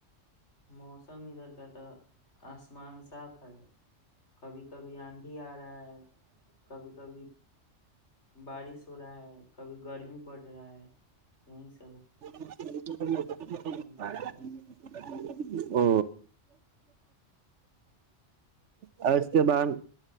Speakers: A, on the left (about 65°); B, on the right (about 70°).
A: موسم ادھر کا تو آسمان صاف ہے کبھی کبھی آندھی آ رہا ہے کبھی کبھی بارش ہو رہا ہے کبھی گرمی بڑھ رہا ہے وہیں <unintelligible>
B: ہاں
A: چل رہا ہے
B: او اور اس کے بعد